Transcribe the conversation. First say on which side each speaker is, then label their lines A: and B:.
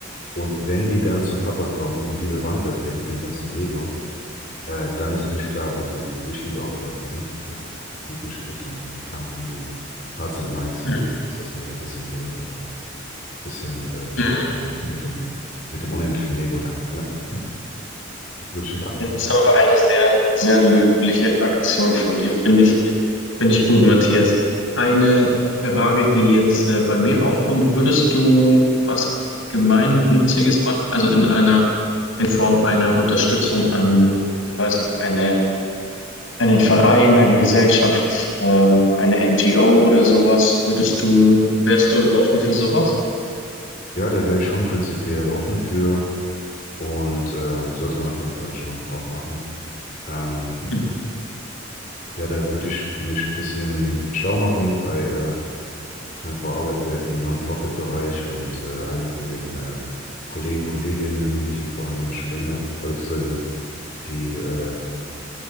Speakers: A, on the left; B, on the left.
A: Und wenn die dann zum Papa kommen und diese Wand da sehen mit dem ganzen Lego, äh, dann ist natürlich klar, wo die sich lieber aufhalten. Ne? Das ist ist natürlich gut dann im Kampf um die Hearts and Minds
B: Mhm.
A: von den, Kids, dass man da ein bisschen, den, äh, bisschen äh, cheaten
B: Mhm.
A: kann mit dem, mit dem unendlichen Lego dann. Ja, <laughs> würde ich machen.
B: Es Ist aber eine sehr, sehr löbliche Aktion von dir, finde ich. Finde ich gut, Matthias. Eine Frage, die jetzt äh, bei mir aufkommt, würdest du was Gemeinnütziges machen? Also in einer, in Form einer Unterstützung an, ich weiß nicht, eine, einen Verein, eine Gesellschaft, ähm, eine NGO oder sowas? Würdest du, wärst du offen für sowas?
A: Ja, da wäre ich schon prinzipiell offen für und ähm, sollte man auf jeden Fall schon auch machen. Ähm,
B: Mhm.
A: ja, da würde ich mich ein bisschen schlau machen bei äh, Meine Frau arbeitet ja im Non-Profit-Bereich und äh, einige von den äh, Kollegen, Kolleginnen, die vor allen Dingen schon länger, äh, beziehungsweise die äh,